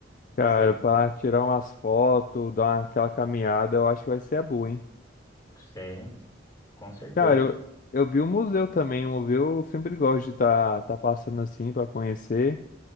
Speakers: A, on the left; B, on the left.
A: E você,
B: Cara,
A: mano?
B: pra tirar umas fotos, dar uma- aquela caminhada, eu acho que vai ser a boa, hein?
A: Sim, com certeza.
B: Cara, eu, eu vi o museu também, o museu eu sempre gosto de estar tá, tá passando assim pra conhecer.